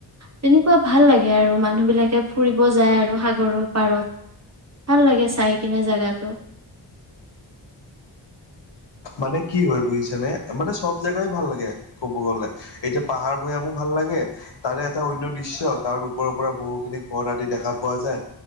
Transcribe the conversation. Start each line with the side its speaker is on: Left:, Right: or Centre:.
Right: তেনেকোৱা ভাল লাগে আৰু মান মানুহ বিলাকে ফুৰিব যায় আৰু সাগৰৰ পাৰত ভাল লাগে চাই কিনে জাগাটো
Left: মানে কি হয় বুজিছা নে মানে চব জেগাই ভাল লাগে কব গলে এতিয়া পাহাৰ ভৈয়ামো ভাল লাগে তাৰে এটা অন্য দৃশ্য কাৰণ ওপৰা ওপৰা বহুখিনি ঘৰ আদি দেখা পোৱা যায়